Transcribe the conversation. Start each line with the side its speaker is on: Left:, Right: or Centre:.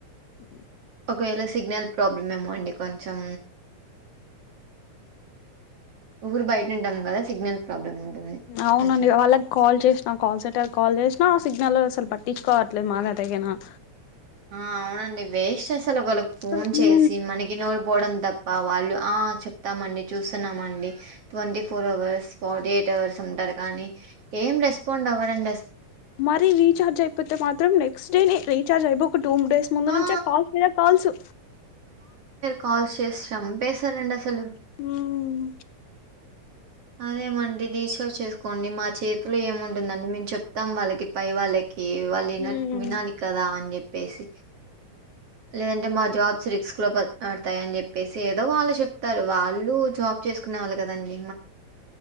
Left: అ
Right: ఒకవేళ సిగ్నల్ ప్రాబ్లమ్ ఏమో అండి. కొంచెం రు బయట ఉంటాము కదా. సిగ్నల్ ప్రాబ్లం ఉంటుంది
Left: అవునండి
Right: కొంచెం
Left: వాళ్ళకి కాల్ చేసినా కాల్ సెంటర్ కాల్ చేసిన, నా సిగ్నల్ అసలు పట్టించుకోవట్లేదు. మాగ తగిన
Right: ఆ అవునండి వేస్ట్ అసలు ఒకళ్ళకి
Left: అసలు
Right: ఫోన్ చేసి మనకి నోరి పోవడం తప్ప. వాళ్ళు చెప్తామండి, చూస్తున్నామండి. Twenty four hours forty eight hours ఉంటారు కానీ ఏం రెస్పాండ్ అవ్వడు అ
Left: మరి రీచార్జ్ అయిపోతే మాత్రం నెక్స్ట్ డే ర చా బు టూ డేస్ ముందు
Right: ఆ
Left: నుంచే కాల్స్ మీద కాల్సు
Right: కాల్ చేసాంపసారండి అసలు
Left: ఉమ్
Right: అదేమండి రీఛార్జ్ చేసుకోండి. మా చేతులో ఏముంటుందండి. మేము చెప్తాం వాళ్ళకి పై వాళ్ళ వాళ్ళు వినట్
Left: ఉమ్
Right: వినాలి కదా అని చెప్పి పేసి లేదంటే మా జాబ్స్ రిస్క్ లో పడతాయ అని చెప్పేసి ఏదో వాళ్ళు చెప్తారు. వాళ్ళు జాబ్ చేసుకునే వాళ్ళు కదండి.